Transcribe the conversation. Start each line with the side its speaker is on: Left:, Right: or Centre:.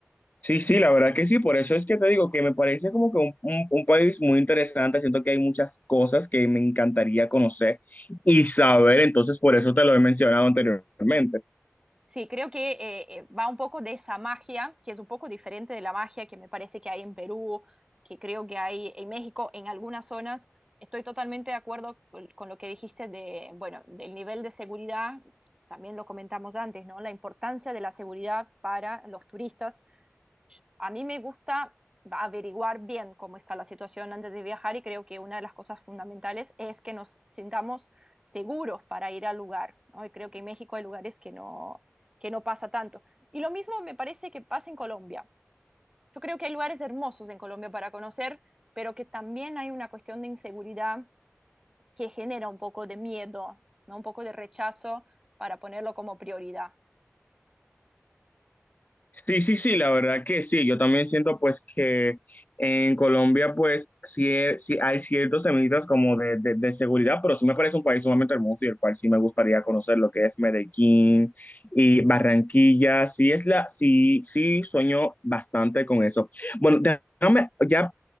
Left: Sí, sí, la verdad que sí, por eso es que te digo que me parece como que un, un- un país muy interesante, siento que hay muchas cosas que me encantaría conocer y saber, entonces por eso te lo he mencionado anteriormente.
Right: Sí, creo que eh, eh, va un poco de esa magia, que es un poco diferente de la magia que me parece que hay en Perú, que creo que hay en México, en algunas zonas. Estoy totalmente de acuerdo con con lo que dijiste de, bueno, del nivel de seguridad, también lo comentamos antes, ¿no? La importancia de la seguridad para los turistas a mí me gusta averiguar bien cómo está la situación antes de viajar y creo que una de las cosas fundamentales es que nos sintamos seguros para ir al lugar, ¿no? Y creo que en México hay lugares que no, que no pasa tanto. Y lo mismo me parece que pasa en Colombia. Yo creo que hay lugares hermosos en Colombia para conocer, pero que también hay una cuestión de inseguridad que genera un poco de miedo, ¿no? Un poco de rechazo para ponerlo como prioridad.
Left: Sí, sí, sí, la verdad que sí. Yo también siento pues que en Colombia pues sí, he- sí hay ciertos temitas como de, de, de seguridad, pero sí me parece un país sumamente hermoso y el cual sí me gustaría conocer lo que es Medellín y Barranquilla. Sí, es la, sí, sí sueño bastante con eso. Bueno, déjame, ya